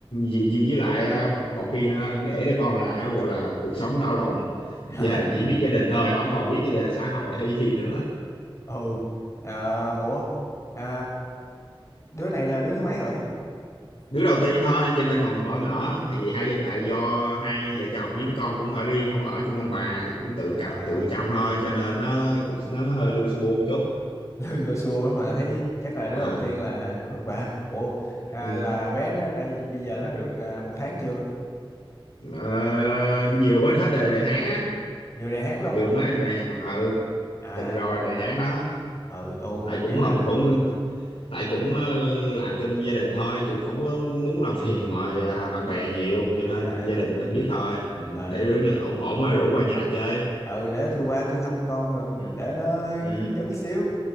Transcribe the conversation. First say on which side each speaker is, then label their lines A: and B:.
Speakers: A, on the left (about 80°); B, on the left (about 30°).
A: với, với lại ờ, một khi nó để đứa con ra hay gọi là cuộc sống đảo lộn
B: <laughs>
A: giờ chỉ biết gia đình thôi không còn biết ờ, xã hội hay gì nữa
B: ừ. Ờ, ủa, à, đứa này là đứa thứ mấy rồi?
A: đứa đầu tiên thôi cho nên còn bỡ ngỡ thì hai gia tại do hai vợ chồng với đứa con cũng ở riêng không ở chung ông bà thì cũng tự
B: À,
A: cạo tự chăm thôi cho nên nó cũng nó hơi lu su bu chút
B: <laughs> lôi lôi xù lắm mà thấy chắc là đứa
A: à,
B: đầu tiên là vất vả. Ủa, à,
A: ừ.
B: là bé nó này bây giờ nó được à, một tháng chưa?
A: Ờ, vừa mới hết đề, đề tháng á
B: Vừa đầy tháng luôn.
A: vừa mới đề hàng ừ
B: À,
A: từng rồi đề tháng đó
B: ừ, ừ,
A: tại
B: mình
A: cũng
B: đi làm.
A: không cũng tại cũng ờ, làm trong gia đình thôi chứ không có muốn làm phiền mà à, bạn bè nhiều cho nên
B: À,
A: gia đình biết thôi ừ.
B: trời.
A: để đứa ổn ổn rồi rủ qua nhà chơi
B: ừ để tôi qua tôi thăm con rồi
A: ừ.
B: để nó
A: Ừ.
B: cứng cứng xíu